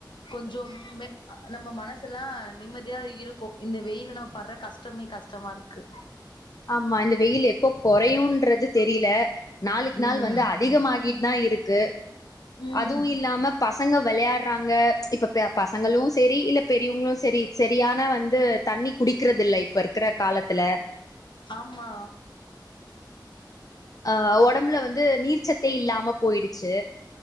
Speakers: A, on the left; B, on the left.
A: கொஞ்சம் மே நம்ம மனசுல்லாம் நிம்மதியா இருக்கும் இந்த வெயில நம்ம படுற கஷ்டமே கஷ்டமா இருக்கு
B: ஆமா இந்த வெயில் எப்போ குறையுன்றது தெரியல நாளுக்கு
A: ம்
B: நாள் வந்து அதிகம் ஆகிட் தான் இருக்கு
A: ம்
B: அதுவும் இல்லாம பசங்க விளையாட்றாங்க இப்ப ப்ய பசங்களும் செரி இல்ல பெரியவுங்களும் செரி செரியான வந்து தண்ணீ குடிக்கறத இல்ல இப்ப இருக்கற காலத்துல
A: ஆமா
B: அ உடம்புல வந்து நீர்ச்சத்தே இல்லாம போயிடுச்சு